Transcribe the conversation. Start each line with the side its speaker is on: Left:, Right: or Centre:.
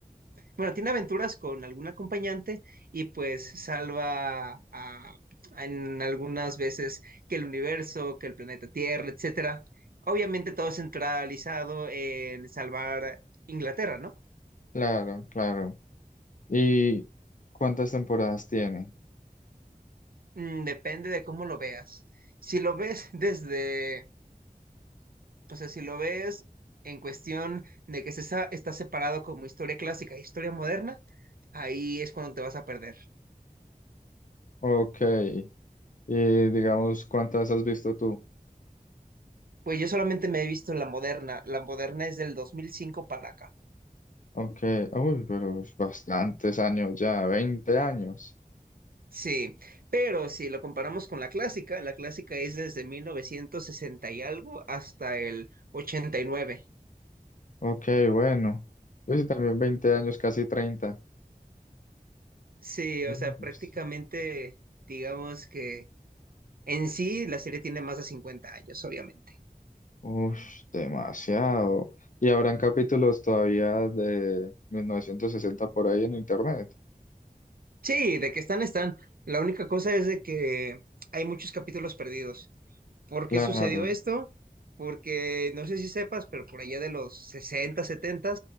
Right: bueno, tiene aventuras con algún acompañante y pues salva a- a- en algunas veces que el universo, que el planeta Tierra, etcétera. Obviamente todo centralizado en salvar Inglaterra, ¿no?
Left: Claro, claro. ¿Y cuántas temporadas tiene?
Right: Mm, depende de cómo lo veas. Si lo ves <laughs> desde, o sea, si lo ves en cuestión de que se sa- está separado como historia clásica e historia moderna, ahí es cuando te vas a perder.
Left: Ok. Y digamos, ¿cuántas has visto tú?
Right: Pues yo solamente me he visto la moderna. La moderna es del 2005 para acá.
Left: Ok. Uy, pero es bastantes años ya, 20 años.
Right: Sí, pero si lo comparamos con la clásica, la clásica es desde 1960 y algo hasta el 89.
Left: Ok, bueno. Pues también 20 años, casi 30.
Right: Sí,
Left: Uy,
Right: o sea,
Left: pues,
Right: prácticamente digamos que en sí la serie tiene más de 50 años, obviamente.
Left: ush, demasiado. Y habrán capítulos todavía de 1960 por ahí en internet.
Right: Sí, de que están, están. La única cosa es de que hay muchos capítulos perdidos. ¿Por
Left: Claro.
Right: qué sucedió esto? Porque no sé si sepas, pero por allá de los 60, 70,